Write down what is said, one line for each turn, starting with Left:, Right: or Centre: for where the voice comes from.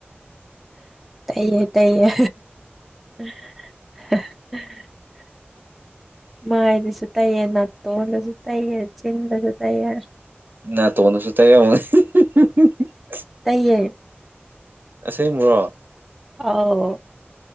Centre: ꯇꯩꯌꯦ ꯇꯩꯌꯦ ꯎꯝ <unintelligible> ꯃꯥꯏꯗꯁꯨ ꯇꯩꯌꯦ ꯅꯥꯠꯇꯣꯟꯗꯁꯨ ꯇꯩꯌꯦ ꯆꯤꯟꯗꯁꯨ ꯇꯩꯌꯦ
Right: ꯅꯥꯇꯣꯅꯗꯁꯨ ꯇꯩꯔꯃꯒꯅꯤ <unintelligible>
Centre: ꯇꯩꯌꯦ
Right: ꯑꯁꯦꯡꯕ꯭ꯔꯣ
Centre: ꯑꯧ